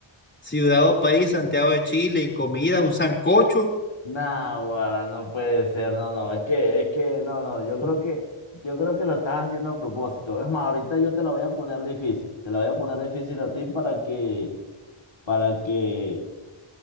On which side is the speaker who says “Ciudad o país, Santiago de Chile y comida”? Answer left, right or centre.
Left